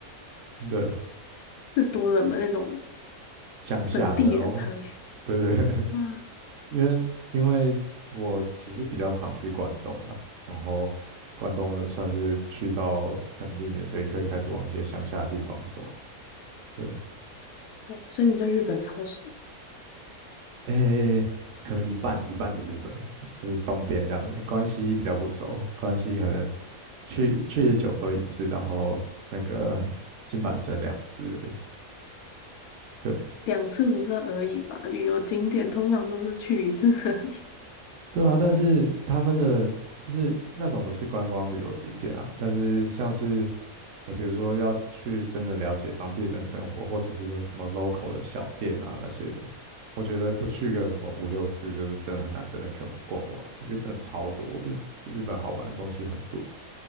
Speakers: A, on the right (about 65°); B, on the left (about 85°).
A: <laughs> 对，
B: 是多冷门那种
A: 乡下的那种，
B: 本地人才会去。
A: 对对对，
B: 哇，
A: <laughs> 因为因为我其实比较常去关东了，然后关东的算是去到很腻了，所以可以开始往一些乡下的地方走，对，
B: 哇所以你对日本超熟，
A: 诶，可能一半一半的日本，就是东边这样子，关西比较不熟，关西可能去去九州一次，然后那个金板神两次而已。对
B: 两次不算而已吧？旅游景点通常都是去一次而已。
A: 对啊，但是他们的就是那种都是观光旅游景点啊，但是像是诶，比如说要去真的了解当地人生活，或者是一些什么 local 的小店啊那些的，我觉得不去个什么五六次，就是真的很难真的全部逛完，因为真的超多的，就日本好玩的东西很多。